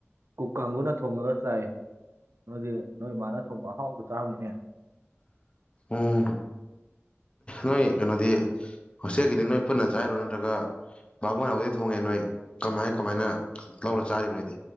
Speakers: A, on the right; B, on the left.
A: ꯀꯨꯛ ꯀꯥꯡꯒꯨꯅ ꯊꯣꯡꯉꯒ ꯆꯥꯏ ꯅꯣꯏꯗꯤ ꯅꯣꯏꯃꯥꯅ ꯊꯣꯡꯕ ꯑꯍꯥꯎꯕꯗꯣ ꯆꯥꯔꯝꯅꯤꯅꯦ
B: ꯎꯝ ꯅꯣꯏ ꯀꯩꯅꯣꯗꯤ ꯍꯣꯁꯇꯦꯜꯒꯤꯗꯤ ꯅꯣꯏ ꯄꯨꯟꯅ ꯆꯥꯏꯔꯣ ꯅꯠꯇ꯭ꯔꯒ ꯕꯥꯃꯣꯟꯅꯗꯤ ꯊꯣꯡꯉꯦ ꯅꯣꯏ ꯀꯃꯥꯏ ꯀꯃꯥꯏꯅ ꯂꯧꯔ ꯆꯥꯔꯤꯕ ꯅꯣꯏꯗꯤ